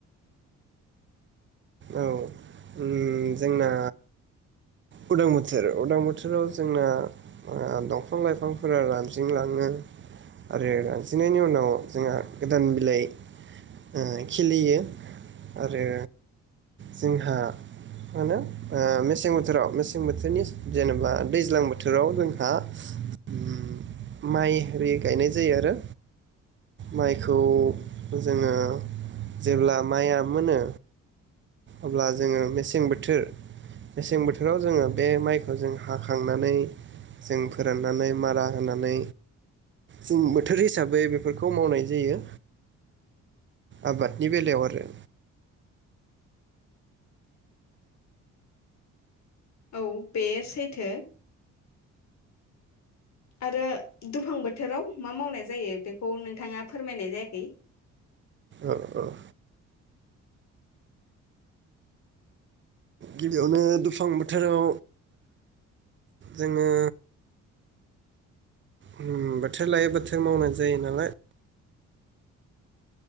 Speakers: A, on the right; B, on the left.
A: उम जोंना उदां बोथोर उदां बोथोराव जोंना ओ दंफां लाइफांफोरा रानज्रिंलाङो आरो रानजिंनायनि उनाव जोंहा गोदान बिलाइ ओ खिलियो आरो जोंहा मा होनो ओ मेसें बोथोराव मेसें बोथोरनि जेनेबा दैज्लां बोथोराव जोंहा उम माइ आरि गायनाय जायो आरो माइखौ जोङो जेब्ला माइआ मोनो अब्ला जोङो मेसें बोथोर मेसें बोथोराव जोङो बे माइखौ जों हाखांनानै जों फोराननानै मारा होनानै जों बोथोर हिसाबै बेफोरखौ मावनाय जायो। आबादनि बेलायाव आरो।
B: औ बे सैथो। आरो दुफां बोथोराव मा मावनाय जायो बेखौ नोंथाङा फोरमायनाय जायाखै।
A: ओ ओ गिबियावनो दुफां बोथोराव जोङो उम बोथोर लायो बोथोर मावनाय जायो नालाय।